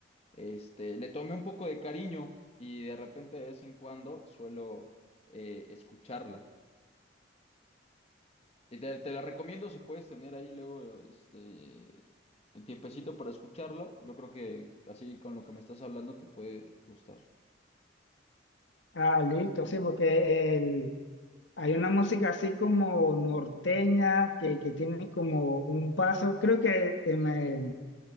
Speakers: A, on the left (about 35°); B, on the left (about 80°).
A: Este, le tomé un poco de cariño y de repente de vez en cuando suelo eh, escucharla. Y te, te la recomiendo si puedes tener ahí luego este un tiempecito para escucharlo. Yo creo que así con lo que me estás hablando te puede gustar.
B: Ah, listo, sí, porque el- hay una música así como norteña que, que tiene como un paso, creo que eh, me-